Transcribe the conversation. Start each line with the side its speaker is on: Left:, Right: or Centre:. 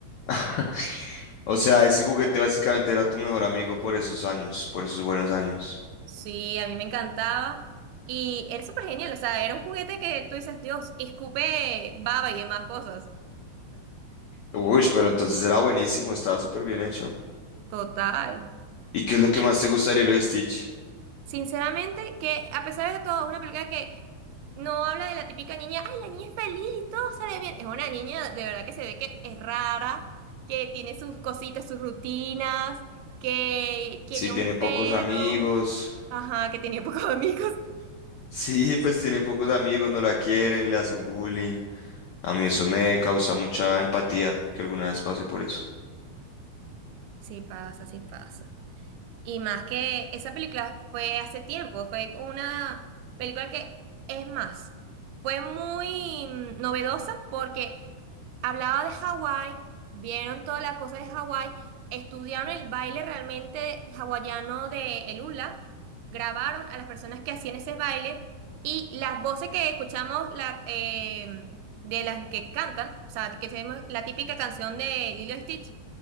Left: <laughs> O sea, ese juguete básicamente era tu mejor amigo por esos años, por esos buenos años.
Right: Sí, a mí me encantaba. Y era súper genial, o sea, era un juguete que tú dices, Dios, escupe baba y demás cosas.
Left: Uy, pero entonces era buenísimo, estaba súper bien hecho.
Right: Total.
Left: ¿Y qué es lo que
Right: Y
Left: más te gusta de Lilo y Stitch?
Right: sinceramente, que a pesar de todo, es una película que no habla de la típica niña, ay, la niña es feliz y todo sale bien. Es una niña de verdad que se ve que es rara, que tiene sus cositas, sus rutinas, que quería
Left: Sí, tiene
Right: un
Left: pocos
Right: perro,
Left: amigos.
Right: ajá, que tenía <laughs> pocos amigos.
Left: <laughs> Sí, pues tiene pocos amigos, no la quieren, le hacen bullying. A mí eso
Right: Sí,
Left: me causa mucha empatía, que alguna vez pasé por eso.
Right: sí pasa, sí pasa. Y más que esa película fue hace tiempo, fue una película que, es más, fue muy mm, novedosa porque hablaba de Hawái, vieron toda la cosa de Hawái, estudiaron el baile realmente hawaiano de el hula, grabaron a las personas que hacían ese baile y las voces que escuchamos la, eh, de las que cantan, o sea, que tenemos la típica canción de Lilo y Stitch.